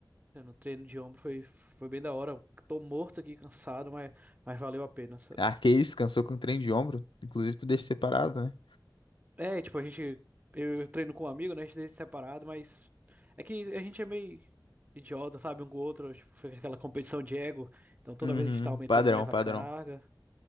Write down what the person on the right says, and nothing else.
né, no treino de ombro, foi, foi bem da hora. Tô morto aqui, cansado, mas, mas valeu a pena, sabe?
É, tipo, a gente, eu treino com um amigo, né, a gente treina separado, mas é que a gente é meio idiota, sabe, um com o outro, tipo, fica aquela competição de ego, então toda
vez a gente tá aumentando
mais
a carga,